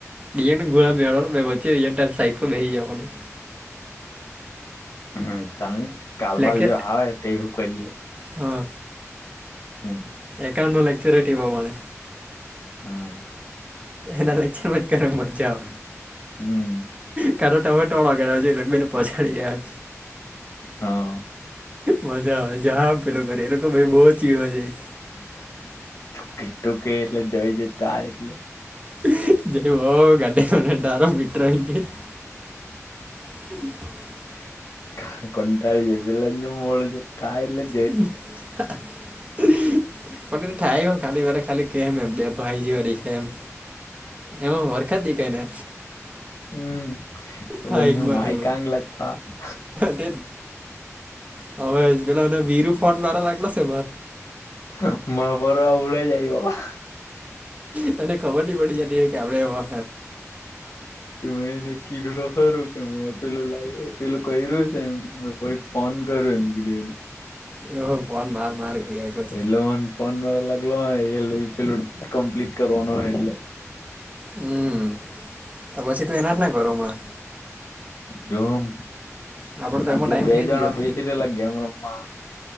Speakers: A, on the right; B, on the left.
A: દિયા ને ગોલા મેમચી સઈક બેસી જાવાનું
B: હમ ચાલ નહી કાલબાલ
A: લેક્ચર
B: જો આવે તોવું કરીએ.
A: હા.
B: હમ.
A: એકાઉન્ટ નો લેક્ચરટ પ્રમાણે
B: હ
A: એના લચાર મજ કર મજા
B: હમ
A: કા તો ટમેટા વાળોગેડ જો એટલે બેને પહોચાડી દાય
B: હા
A: મજા આવે જામ પેલો કરે એ લોકો ભ બહુ ચીવા જાય
B: <unintelligible>
A: <unintelligible> <inaudible>
B: <unintelligible>
A: <unintelligible> ખાલી કે એમે બે ભાઈ જેવા દેખાય એમ એમાં હરખા દેખાય ને.
B: હમ
A: હાઈટમાં
B: બને
A: ને
B: <unintelligible>
A: જ હવે પેલા મને વિરુ ફોન મારા લાગેલા છે
B: <unintelligible>
A: તને ખબર નહી પડી કે આપડે એવા
B: મે એને કીધું ન ખુંરુ કે મેં પેલું લાવ પેલું ક્યું છે એમ કે તમે કોઈ ફોન કરું એમ <unintelligible>
A: એ ફોન માર માર કર્યા કરે
B: એટલે ફોન લાગલો હોય પેલું કમ્પ્લીટ કરવાનો એટલે.
A: હમ તો પછી તું એના જ ના કર હમણાં.
B: જોમ.
A: આપડે તો
B: એટલે
A: એમાં ટાઈમ
B: બે
A: થઈ
B: જણા
A: જ ગયો
B: બેસી રહેલા ગેમ રમમાં